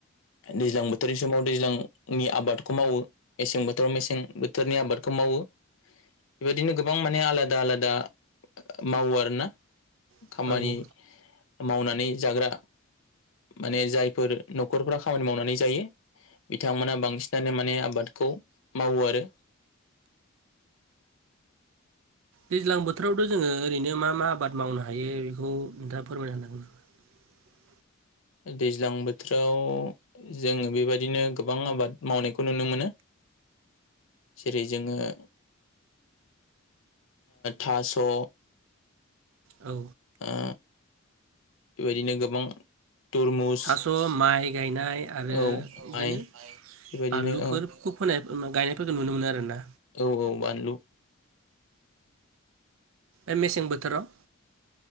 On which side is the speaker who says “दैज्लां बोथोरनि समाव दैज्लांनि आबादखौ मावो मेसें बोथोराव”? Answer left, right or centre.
Left